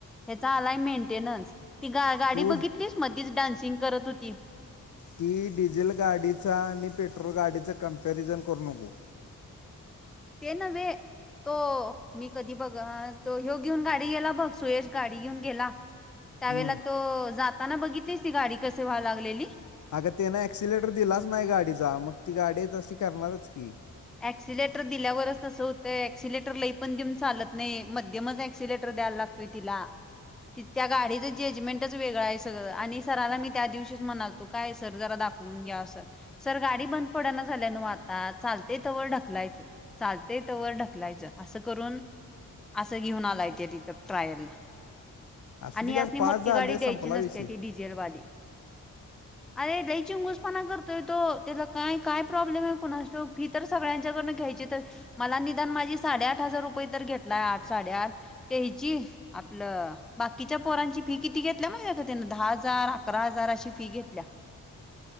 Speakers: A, in the centre; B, on the left.
A: ह्याचा आलाय मेंटेनन्स ती गा गाडी
B: तू
A: बघितलीस मध्येीच डान्सिंग करत होती.
B: की डिझेल गाडीचा आणि पेट्रोल गाडीचा कम्पॅरिझन करू नको.
A: येनवे. तो मी कधी बघ तो ह्यो घेऊन गाडी गेला बघ सुयश गाडी घेऊन गेला. त्यावेला
B: हम्म
A: तो जाताना बघितलीस ती गाडी कस व्हाला लागलेली.
B: अगं त्यानं ऍक्सिलेटर दिलाच नाही गाडीचा मग ती गाडीच अशी करणारच की.
A: ऍक्सिलेटर दिल्यावरच तसं होतं ऍक्सिलेटर लई पण देऊन चालत नाही मध्यमच ऍक्सिलेटर द्यायला लागत. टतीला त्या गाडीचं जजमेंटच वेगळं आहे सगळं आणि सराला मी त्या दिवशीच म्हणाल. तू काय सर जरा दाखवून घ्या सर गाडी बंद पड झाल्या न आता चाल. ते तवर ढकलायचं चालते तवर ढकलायचं असं करून. असं घेऊन आलाये तिथं ट्रायल ला
B: असू
A: आणि
B: दे की
A: यांसणी
B: आता पास
A: मोठी
B: झालं
A: गाडी द्यायची
B: संपला
A: नसते
B: विषय
A: ती डिझेलवाली. अरे दहीचीिंगसपणा करतोय तो त्याला काय काय प्रॉब्लेम आहे कोुणा तो फी तर सगळ्यांच्याकडनं घ्यायची तर मला निदान माझी साडेआठ हजार रुपये तर घेतलाय आठ साडेआठ. ते हची आपलं. बाकीच्या पोरांची फी किती घेतल्या माहित्या का त्यान दहा हजार अकरा हजार अशी फी घेतल्या